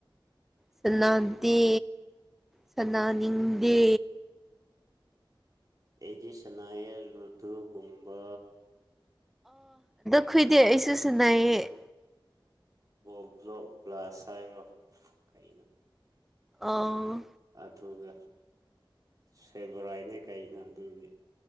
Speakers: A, in the centre; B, on the right.
A: ꯁꯥꯟꯅꯥꯗꯦ ꯁꯅꯥꯅꯤꯡꯗꯦ
B: ꯑꯣ ꯑꯩꯗꯤ ꯁꯅꯥꯏꯔ ꯔꯨꯙꯨꯒꯨꯝꯕꯥ
A: ꯈꯨꯏꯗꯦ ꯑꯩꯁꯨ ꯁꯤꯟꯅꯩꯌꯦ
B: ꯣꯕ꯭ꯔꯣ ꯎꯕ꯭ꯂꯥ ꯆꯥꯏꯕ꯭ꯔꯣ ꯀꯩꯅꯣ
A: ꯑꯥ
B: ꯑꯗꯨꯒ ꯁꯦꯕꯣꯔꯥꯏꯅꯦ ꯀꯩꯅꯣ ꯑꯗꯨꯅꯦ